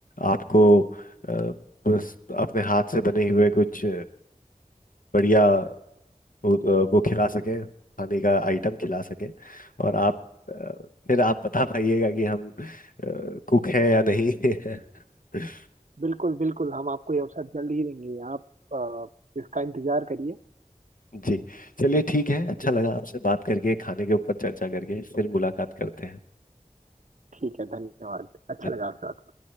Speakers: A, on the left; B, on the right.
A: आपको अ, बस अपने हाथ से बने हुए कुछ बढ़िया वो वो खिला सकें खाने का आइटम खिला सकें और आप अ, फिर आप बता पाइएगा कि हम कुक हैं या नहीं <laughs>
B: बिल्कुल बिल्कुल हम आपको ये अवसर जल्द ही देंगे आप अ, इसका इंतजार करिए
A: जी चलिए ठीक है अच्छा लगा आपसे बात करके खाने के ऊपर चर्चा करके फिर मुलाकात करते
B: ठीक है धन्यवाद अच्छा
A: हैं
B: लगा आपसे बात